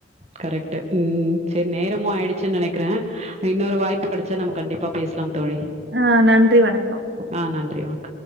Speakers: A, on the right (about 35°); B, on the right (about 65°).
A: கரெக்ட்டு ம் சேர் நேரமு ஆயிடுச்சுன் நெனக்கிற இன்னொரு வாய்ப்பு கெடச்சா நம்ம கண்டிப்பா பேஸ்லாம் தோழி
B: ஆ நன்றி வணக்கம்
A: ஆ நன்றி வண